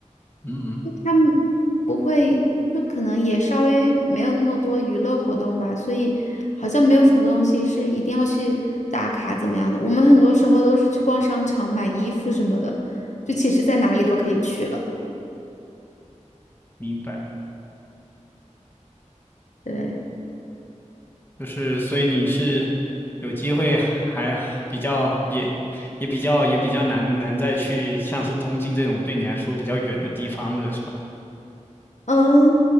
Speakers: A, on the left; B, on the left.
A: 嗯，
B: 他们不会，就可能也稍微没有那么多娱乐活动吧，所以好像没有什么东西是一定要去打卡怎么样的。我们很多时候都是去逛商场买衣服什么的，就其实在哪里都可以去了。
A: 明白。
B: 对。
A: 就是，所以你是有机会还比较也也比较也比较难难再去像是东京这种对你来说比较远的地方了，是吧？
B: 嗯，